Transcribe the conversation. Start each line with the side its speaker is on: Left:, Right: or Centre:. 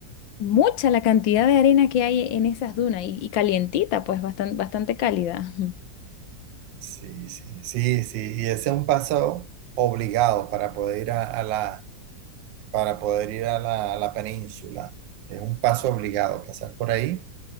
Left: mucha la cantidad de arena que hay en esas dunas y, y calientita, pues bastante, bastante cálida. Ujú.
Right: sí, sí, sí, sí. Y ese es un paso obligado para poder ir a, a la, para poder ir a la, a la península. Es un paso obligado, pasar por ahí